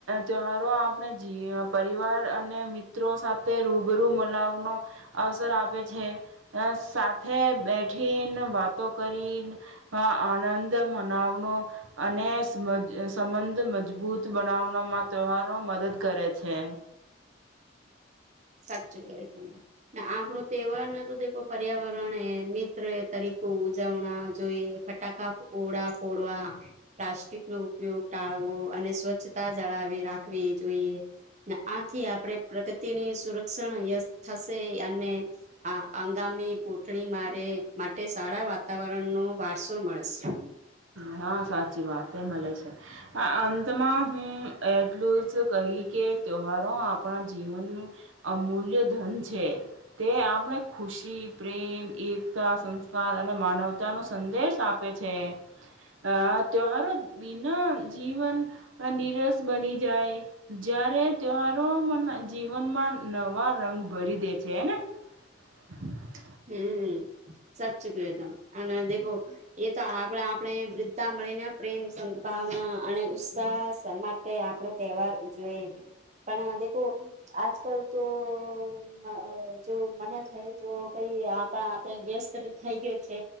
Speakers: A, on the right; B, on the right.
A: તહેવારો આપણે જી પરિવાર અને મિત્રો સાથે રૂબરૂ મલાવનો અવસર આપે છે સાથે બેઠીને વાતો કરીને આનંદ મનાવનો અને સબ સંબંધ મજબૂત બનાવનો માં ત્યવારો મદદ કરે છે.
B: સાચું હોય તને ને આપણો તહેવાર ને તો દેખો પર્યાવરણ એ મિત્ર તરીકે ઉજવણા જોઈએ ફટાકા ઓડા ફોડવા પ્લાસ્ટિક નો ઉપયોગ ટાળ વો અને સ્વચ્છતા જાળાવી રાખવી જોઈએ ને આથી આપણે પ્રકૃતિની સુરક્ષણ ય થશે અને આ આંગામી પોઠણી મારે માટે સા ળા વાતાવરણ નો વારસો મળે છે.
A: હા સાચી વાત એ મલે છે આ અંતમાં હું એટલું જ ક હિ કે તવારો આપણા જીવન નુ અમૂલ્ય ધન છે તે આપણે ખુશી પ્રેમ એકતા સંસ્કાર અને માનવતા નો સંદેશ આપે છે. આ તાયહારો બીના જીવન નિરસ બની જાય જ્યારે તહેવારો મન જીવનમાં નવા રંગ ભરી દે છે હે ને. <inaudible>
B: હમ્મ સાચું કહ્યું તમે આને દેખો એ તો આપણા આપણે વૃદ્ધા મળીને પ્રેમ સંદભાવના અને ઉત્સાહ માટે આપડો તહેવાર ઉજવીએ. પણ દેખો આજ કલ તો અ જો મન્ત હૈ જો આપણા આપણે વ્યસ્ત થઈ ગય છે